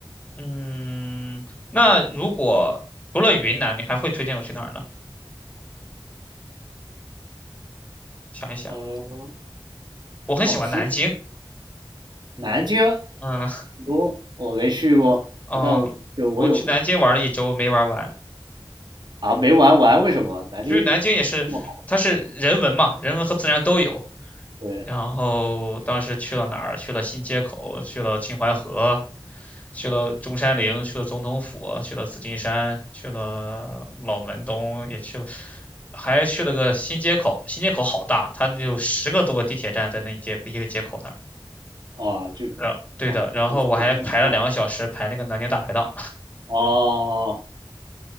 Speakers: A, on the left (about 15°); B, on the right (about 55°).
A: 嗯，那如果除了云南，你还会推荐我去哪儿呢？想一想，
B: 呃，
A: 我很喜欢南京。
B: 广西南京，
A: 嗯，
B: 我我没去过，
A: 哦，
B: 我但我就我有
A: 我去南京玩了一周，没玩完。
B: 啊没玩完，为什么南京？
A: 就是南京也是，
B: 哇，
A: 它是人文嘛，人文和自然都有。
B: 对，
A: 然后当时去了哪儿？去了新街口，去了秦淮河，去了中山陵，去了总统府，去了紫金山，去了老门东，也去了，还去了个新街口。新街口好大，它有十个多个地铁站在那一街一个街口那儿。
B: 哦，就
A: 然对的，
B: 哦，
A: 然后我还排了两个小时排那个南京大排档，
B: 就是北京烤蛋。哦，